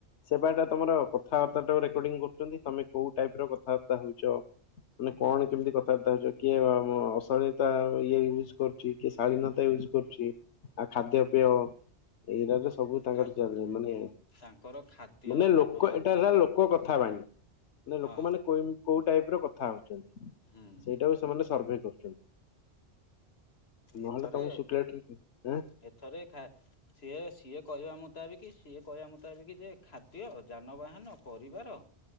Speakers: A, on the left; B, on the left.
A: ସେବାଟା ତମର କଥାବାର୍ତ୍ତା ଟାକୁ ରେକର୍ଡିଂ କରୁଛନ୍ତି, ତମେ କୋଉ ଟାଇପ ର କଥାବାର୍ତ୍ତା ହଉଛ। ମାନେ କଣ
B: ହୁଁ
A: କେମିତି କଥାବାର୍ତ୍ତା ହେଉଛ, କିଏ ଅଶାଳୀତା ଇଏ ୟୁଜ୍ କରୁ କିଏ କିଏ ଶାଳୀନତା
B: ହୁଁ
A: ୟୁଜ କରୁଛି। ଆଉ ଖାଦ୍ୟ
B: ହୁଁ
A: ପେୟ ଏଇରାରେ ସବୁ ତାଙ୍କର
B: ଖା
A: ଚାଲି ମାନେ
B: ତାଙ୍କର ଖାଦ୍ୟ
A: ମାନେ
B: ଯାନବାହାନ
A: ଲୋକ ଏଟା କାର ଲୋକ କଥା ଥାବାଣୀ ମାନ
B: ହଁ
A: ଲୋକମାନେ କୋଉ ଟାଇପ ର କଥା ହଉଛନ୍ତି।
B: ହୁଁ
A: ସେଇଟା ବି ସେମାନେ ସର୍ଭେ କରୁଛନ୍ତି। ନହଲେ
B: ଏଥରେ
A: ତମ କୁ ଶୁଖିଲାଟା ରେ କା
B: ଏଥରେ ଖା ସିଏ ସିଏ କହିବା ମୁତାବିକ ସିଏ କହିବା ମୁତାବିକ ଯେ ଖାଦ୍ୟ, ଯାନବାହାନ, ପରିବାର